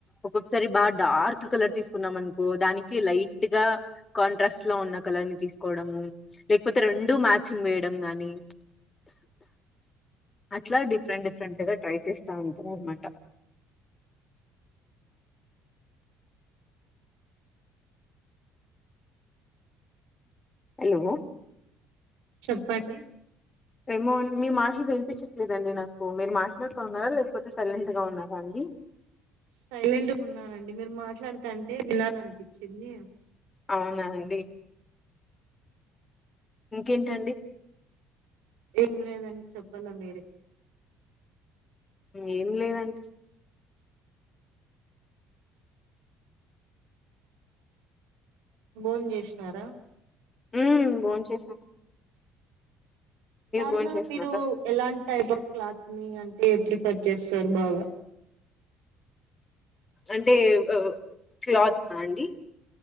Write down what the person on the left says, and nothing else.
ఒక్కొక్కసారి బాగా డార్క్ కలర్ తీసుకున్నాం అనుకో దానికి లైట్ గా కాంట్రాస్ట్ లో ఉన్న కలర్ ని తీసుకోవడము లేకపోతే రెండు మ్యాచింగ్ వేయడం గాని అట్లా డిఫరెంట్ డిఫరెంట్ గా ట్రై చేస్తా ఉంటారు అనమాట హలో
ఏమో మీ మాటలు వినిపించట్లేదండి నాకు మీరు మాట్లాడుతూ ఉన్నారా లేకపోతే సైలెంట్ గా ఉన్నారా అండి
అవునా అండి ఇంకేంటండి
ఏం లేదండి
ఉమ్ భోంచేసాం
భోన్ చేసినారా
అంటే ఆ క్లాత్నా అండి